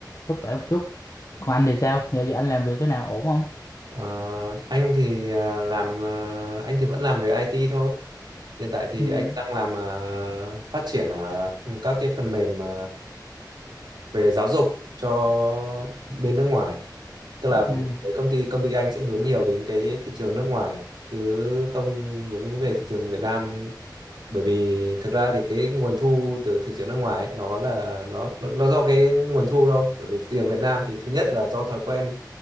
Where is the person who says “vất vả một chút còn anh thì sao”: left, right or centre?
Left